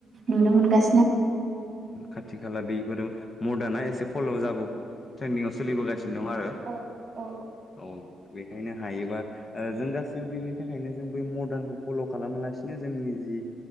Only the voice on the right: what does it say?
नुनो मोनगासिन
औ औ